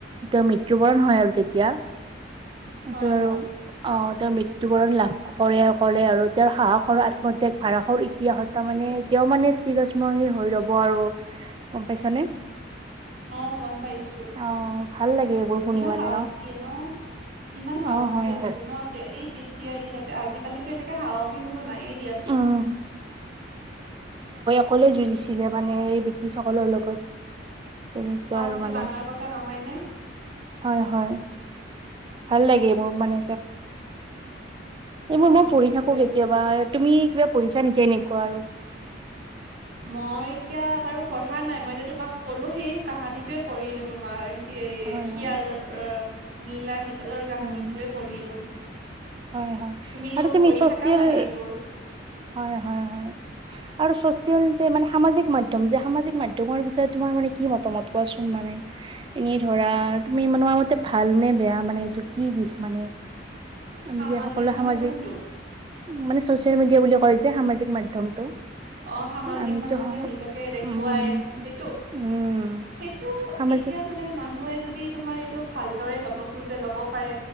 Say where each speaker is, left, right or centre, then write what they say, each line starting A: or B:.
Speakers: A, on the right; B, on the right.
A: তেওঁ মৃত্যুবৰণ হয় আৰু তেতিয়া। এইটো
B: হয়
A: আৰু
B: হয়
A: অ তেওঁৰ মৃত্যু। বৰণ লাভ কৰে কৰে আৰু তেওঁৰ সাহসৰ আত্মত্যাগ ভাৰষৰ ইতিহাসত তাৰমানে এতিয়াও মানে। <unintelligible> চিৰ স্মৰণীয় হৈ ৰ'ব আৰু গম পাইছানে?
B: অ গম পাইছো।
A: অ ভাল লাগে এইবোৰ শুনি
B: ইমান
A: মানে
B: সাহসী ন। ইমান সাহসী
A: অ হয়
B: আছিলে
A: হয়
B: ন এই তেতিয়াই দিনতে আজিকালিতো এনেকে সাহসী কোনো নাইয়েই দিয়াচোন।
A: উম সকলোৱে যুঁজিছিলে মানে এই বিটিছ সকলৰ লগত। তুমি চোৱা
B: কমটো
A: আৰু মানে
B: ডাঙৰ কথা নহয় নে
A: হয় হয়। ভাল লাগে এইবোৰ মানে। এইবোৰ
B: হয়
A: মই পঢ়ি
B: সেইটোয়ে
A: থাকো কেতিয়াবা। তুমি কিবা পহিচা নেকি এনেকুৱা আৰু?
B: মই এতিয়া বাৰু পঢ়া নাই। মই যে তোমাক কলো সেই কাহানীটোৱে পঢ়িলো তোমাৰ। <unintelligible> এ
A: হয়
B: শিয়ালৰ
A: হয়
B: নীলা শিয়ালৰ কাহিনীটোৱে
A: উম
B: পঢ়িলো। তুমিও
A: হয় হয় আৰু তুমি
B: পঢ়ি
A: ছচিয়েল
B: থাকা মানে এইবোৰ।
A: হয় হয় হয় আৰু ছচিয়েল যে মানে সামাজিক মাধ্যম যে, সামাজিক মাধ্যমৰ বিষয়ে তোমাৰ মানে কি মতামত কোৱা? <unintelligible> সোন মানে। এনেই ধৰা তুমি মানু্ আগত তে ভাল নে বেয়া মানে এইটো কি দিশ মানে? <unintelligible>
B: <inaudible>
A: আমি
B: সামাজিক
A: যে সকলে
B: মানে
A: সামাজিক
B: কোনটো
A: মানে চচিয়েল মেডিয়া বুলি কয় যে, সামাজিক মাধ্যমটো।
B: অ সামাজিক
A: আমিতো
B: মাজত যে নিজকে দেখুৱাই
A: উম
B: সেইটো?
A: উম
B: সেইটো
A: সামাজিক
B: এতিয়া মানে মানুহে যদি তোমাৰ এইটো ভাল দৰে ল'ব খোজে ল'ব পাৰে।